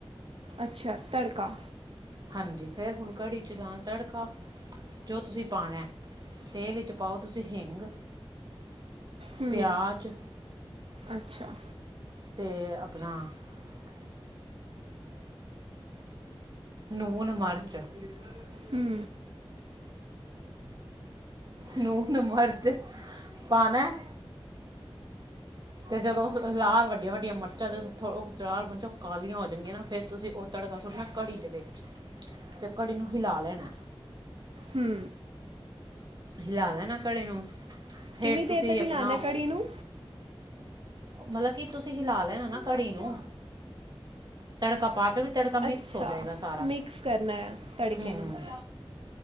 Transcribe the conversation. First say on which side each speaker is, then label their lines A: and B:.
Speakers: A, on the right; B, on the right.
A: ਅੱਛਾ ਤੜਕਾ
B: ਹਾਂਜੀ ਫੇਰ ਹੁਣ ਕੜੀ ਚ ਲਾਣਾ ਤੜਕਾ ਜੋ ਤੁਸੀਂ ਪਾਣਾ ਤੇਲ ਵਿੱਚ ਪਾਓ ਤੁਸੀਂ ਹਿੰਗ
A: ਹੂੰ,
B: ਪਿਆਜ਼
A: ਅੱਛਾ,
B: ਤੇ ਆਪਣਾ ਆਪ ਨੂਣ, ਮਰਚ ਮਸਾਲਾ ਲਾ ਕੇ ਮੈਨੂੰ ਵੀ ਦਿਓ।
A: ਹੂੰ।
B: ਲੂਣ ਮਿਰਚ ਪਾਣਾ ਐ। ਅਤੇ, ਜਦੋਂ ਹਾਲ ਵੱਡੀਆਂ-ਵੱਡੀਆਂ ਮਿਰਚਾਂ ਜਦੋਂ ਥੋ'ਚ ਮਿਰਚਾਂ ਕਾਲੀਆਂ ਹੋ ਜਾਣਗੀਆਂ ਨਾ, ਫਿਰ ਤੁਸੀਂ ਉਹ ਤੜਕਾ ਸੁੱਟਣਾ ਕੜੀ ਦੇ ਵਿੱਚ ਅਤੇ, ਕੜੀ ਨੂੰ ਹਿਲਾ ਲੈਣਾ।
A: ਹੂੰ
B: ਹਿਲਾ ਲੈਣਾ ਕੜੀ ਨੂੰ ਫਿਰ
A: ਕਿੰਨੀ ਦੇਰ
B: ਤੁਸੀਂ
A: ਤੱਕ ਹੀਲਾਉਨਾ
B: ਆਪਣਾ
A: ਕੜੀ ਨੂੰ?
B: ਮਤਲਬ ਕੀ ਤੁਸੀਂ ਹਿਲਾ ਲੈਣਾ ਨਾ ਕੜੀ ਨੂੰ ਤੜਕਾ ਪਾ ਕੇ ਵੀ ਤੜਕਾ ਮਿਕਸ
A: ਅੱਛਾ
B: ਹੋ ਜਾਏਗਾ ਸਾਰਾ
A: ਮਿਕਸ ਕਰਨਾ ਆ ਤੜਕੇ
B: ਹੂੰ
A: ਨੂੰ